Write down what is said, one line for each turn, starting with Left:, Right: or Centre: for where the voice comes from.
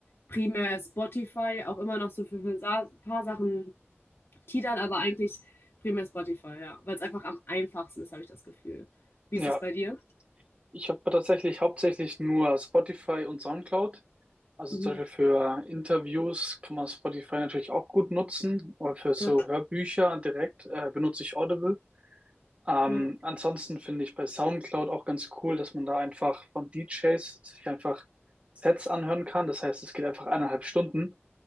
Left: primär Spotify, auch immer noch so für ein paar Sachen Tidal, aber eigentlich primär Spotify, ja. Weil es einfach am einfachsten ist, habe ich das Gefühl. Wie
Right: Ja,
Left: ist es bei dir?
Right: ich habe tatsächlich hauptsächlich nur Spotify und SoundCloud. Also
Left: Mhm.
Right: zum Beispiel für Interviews kann man Spotify natürlich auch gut nutzen, aber für so
Left: Ja,
Right: Hörbücher direkt äh, benutze ich Audible. Ähm,
Left: ja,
Right: ansonsten finde ich bei SoundCloud auch ganz cool, dass man da einfach von DJs sich einfach Sets anhören kann. Das heißt, es geht einfach eineinhalb Stunden